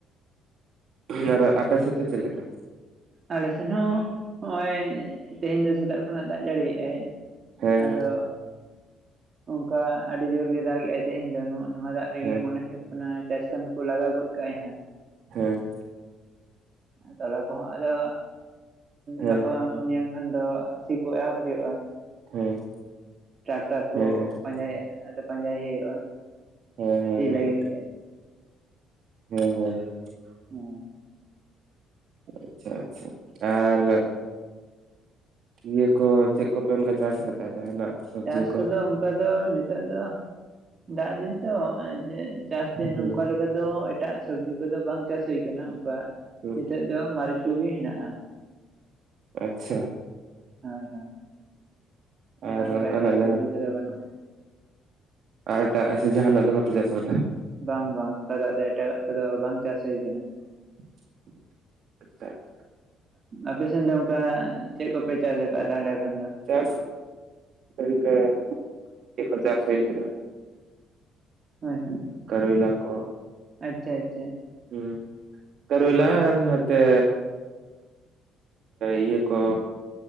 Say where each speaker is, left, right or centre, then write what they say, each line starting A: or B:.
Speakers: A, on the right (about 65°); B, on the right (about 45°).
A: ᱦᱮᱸ, ᱟᱨ ᱟᱯᱮ ᱥᱮᱫ ᱫᱚ ᱪᱮᱫ ᱞᱮᱠᱟ?
B: ᱟᱞᱮ ᱥᱮᱱ ᱦᱚᱸ ᱦᱚᱸᱜ-ᱚᱭ ᱛᱮᱦᱮᱧ ᱫᱚ ᱥᱮᱛᱟᱜ ᱠᱷᱚᱱᱟᱜ ᱫᱟᱜ ᱡᱟᱹᱲᱤᱭᱨᱜ-ᱟᱭ᱾
A: ᱦᱮᱸ
B: ᱟᱫᱚ ᱚᱝᱠᱟ ᱟᱹᱰᱤ ᱡᱳᱨᱜᱮ ᱫᱟᱜᱮᱜ-ᱟᱭ ᱛᱮᱦᱮᱧ ᱫᱚ ᱱᱚ ᱱᱚᱣᱟ ᱫᱟᱜ ᱨᱮᱜᱮ
A: ᱦᱮᱸ
B: ᱢᱚᱱᱮ ᱦᱩᱭᱩᱭ ᱠᱟᱱᱟ ᱪᱟᱥ ᱠᱟᱹᱢᱤ ᱠᱚ ᱞᱟᱜᱟᱣ ᱜᱚᱫ ᱠᱟᱜ-ᱟᱭ ᱦᱟᱸᱜ᱾
A: ᱦᱮᱸ᱾
B: ᱛᱟᱦᱞᱮ ᱠᱚᱫᱚ ᱟᱫᱚ
A: ᱦᱮᱸ
B: ᱜᱟᱯᱟ ᱢᱮᱭᱟᱝ ᱠᱷᱚᱱ ᱫᱚ ᱥᱤ ᱠᱚ ᱮᱦᱚᱵ ᱦᱩᱭᱩᱜ-ᱟ,
A: ᱦᱮᱸ
B: ᱴᱨᱟᱠᱴᱟᱨ ᱠᱚ
A: ᱦᱮᱸ ᱦᱮᱸ
B: ᱯᱟᱸᱡᱟᱭᱮᱜ-ᱟ ᱟᱫᱚ ᱯᱟᱸᱡᱟᱭ ᱦᱩᱭᱩᱜ-ᱟ᱾
A: ᱦᱮᱸ ᱦᱮᱸ
B: ᱥᱤ
A: ᱦᱮᱸ᱾
B: ᱞᱟᱹᱜᱤᱫ ᱛᱮ
A: ᱦᱩᱸ ᱦᱩᱸ ᱦᱩᱸ᱾
B: <unintelligible>
A: ᱟᱪᱪᱷᱟ ᱟᱪᱪᱷᱟ, ᱟᱨ ᱤᱭᱟᱹ ᱠᱚ ᱪᱮᱫ ᱠᱚᱯᱮ ᱚᱱᱠᱟ ᱪᱟᱥ ᱠᱟᱫᱟ ᱡᱟᱦᱟᱱᱟᱜ? ᱥᱚᱵᱽᱡᱤ
B: ᱪᱟᱥ
A: ᱠᱚ
B: ᱠᱚᱫᱚ ᱚᱱᱠᱟ ᱫᱚ ᱱᱤᱛᱚᱜ ᱫᱚ ᱫᱟᱜᱽ ᱫᱤᱱ ᱛᱚ ᱡᱮ ᱪᱟᱥ ᱫᱤᱱ
A: ᱦᱩᱸ
B: ᱱᱚᱝᱠᱟ ᱞᱮᱠᱟ ᱫᱚ ᱮᱴᱟᱜ ᱥᱚᱵᱽᱡᱤ ᱠᱚᱫᱚ ᱵᱟᱝ ᱪᱟᱥ ᱦᱩᱭ ᱠᱟᱱᱟ ᱚᱱᱠᱟ
A: ᱦᱩᱸ
B: ᱱᱤᱛᱚᱜ ᱫᱚ ᱢᱟᱹᱨᱤᱪ ᱠᱚᱜᱮ ᱦᱮᱱᱟᱜ-ᱟ᱾
A: ᱟᱪᱪᱷᱟ᱾
B: ᱦᱳᱭ ᱦᱳᱭ᱾ ᱟᱫᱚ
A: ᱟᱨ
B: ᱚᱱᱠᱟ
A: ᱚᱱᱠᱟᱱᱟᱜ
B: ᱮᱴᱟᱜ ᱥᱚᱵᱽᱡᱤ
A: ᱡᱟᱦᱟᱸ
B: ᱠᱚᱫᱚ ᱵᱟᱹᱱᱩᱜ-ᱟ
A: ᱟᱨ ᱮᱴᱟᱜ ᱥᱮ ᱡᱟᱦᱟᱱᱟᱜ ᱫᱚ ᱵᱟᱯᱮ ᱪᱟᱥ ᱠᱟᱫᱟ?
B: ᱵᱟᱝ ᱵᱟᱝ ᱚᱱᱠᱟᱭ ᱫᱟᱜ ᱫᱟᱭ ᱮᱴᱟᱜ ᱠᱚᱫᱚ ᱵᱟᱝ ᱪᱟᱥ ᱦᱩᱭ ᱠᱟᱱᱟ᱾
A: <unintelligible>
B: ᱟᱯᱮ ᱥᱮᱱ ᱫᱚ ᱚᱱᱠᱟ ᱪᱮᱫ ᱠᱚᱯᱮ ᱪᱟᱥ ᱟᱠᱟᱫᱟ ᱛᱟᱦᱚᱞᱮ ᱠᱷᱟᱱ ᱫᱚ?
A: ᱪᱟᱥ ᱚᱱᱠᱟ ᱪᱮᱫ ᱠᱚ ᱪᱟᱥ ᱦᱩᱭ ᱠᱟᱱᱟ᱾
B: ᱦᱳᱭ ᱦᱳᱭ
A: ᱠᱟᱨᱮᱞᱟ ᱠᱚ
B: ᱟᱪᱪᱷᱟ ᱟᱪᱪᱷᱟ᱾
A: ᱦᱩᱸ ᱠᱨᱚᱞᱟ ᱟᱨ ᱱᱚᱛᱮ ᱤᱭᱟᱹ ᱠᱚ